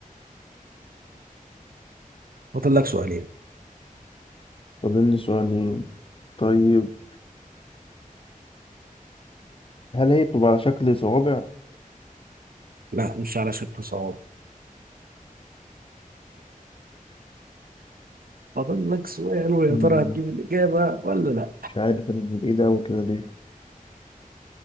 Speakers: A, on the right (about 85°); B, on the left (about 40°).
A: فاضل لك سؤالين
B: فاضل لي سؤالين طيب هل هي بتبقى على شكل صوابع؟
A: لا مش على شكل صوابع فاضل لك سؤال ويا
B: مم،
A: ترى هتجيب الإجابة ولا لا
B: مش عارف أنا بعيد أوي كده ليه